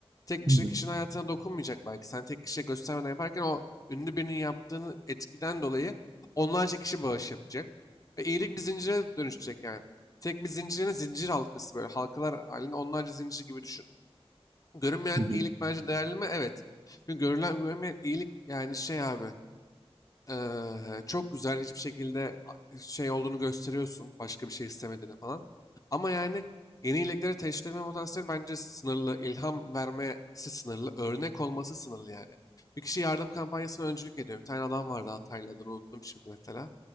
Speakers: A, on the left; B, on the right.
A: Tek bir şey
B: Hı hı.
A: kişinin hayatına dokunmayacak belki. Sen tek kişiye göstermeden yaparken o ünlü birinin yaptığını etkiden dolayı onlarca kişi bağış yapacak. Ve iyilik bir zincire dönüşecek yani. Tek bir zincirin zincir halkası böyle halkalar halinde onlarca zincir gibi düşün. Görünmeyen
B: Hı
A: iyilik bence değerli mi? Evet. Çünkü görülen görünmeyen iyilik yani şey abi eee, çok güzel hiçbir şekilde a- şey olduğunu gösteriyorsun. Başka bir şey istemediğini falan. Ama yani yeni iyiliklere teşvik etme potansiyeli bence sınırlı. ilham vermesi sınırlı. Örnek olması sınırlı yani. Bir kişi yardım kampanyasına öncülük ediyor. Bir tane adam vardı Hataylı adını unuttum şimdi mesela.